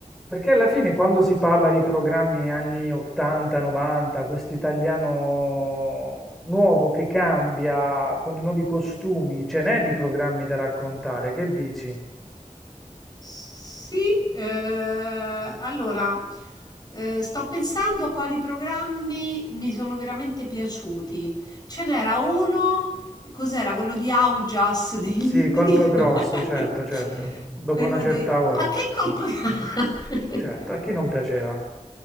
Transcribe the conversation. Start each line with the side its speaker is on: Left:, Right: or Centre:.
Centre: Perché alla fine quando si parla di programmi anni 80, 90, questo italiano nuovo che cambia con i nuovi costumi, ce n'è di programmi da raccontare, che dici?
Left: Sì, eh, allora eh, sto pensando a quali programmi mi sono veramente piaciuti. Ce n'era uno, cos'era quello di Augias dei
Centre: Sì,
Left: libri?
Centre: colpo grosso,
Left: <laughs>
Centre: certo, certo, dopo
Left: Quello
Centre: una certa
Left: dei...
Centre: ora,
Left: Ma che colpa... <laughs>
Centre: certo, a chi non piaceva?